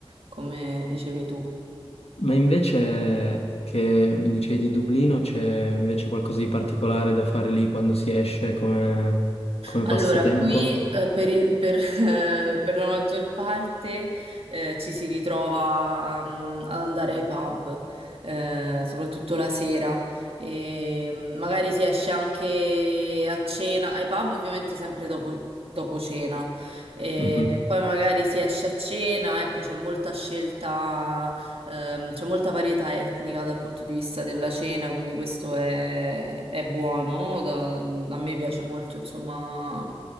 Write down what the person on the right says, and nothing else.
come dicevi tu.
Allora,
qui eh, per il- per, <laughs> eh, per la maggior parte eh, ci si ritrova mm, ad andare ai pub, eh, soprattutto la sera. E, mm, magari si esce anche a cena, ai pub ovviamente sempre dopo, dopo cena. E
poi magari si esce a cena, ecco, c'è molta scelta Ehm, c'è molta varietà etnica dal punto di vista della cena, quindi questo è, è buono. Da- a me piace molto, insomma,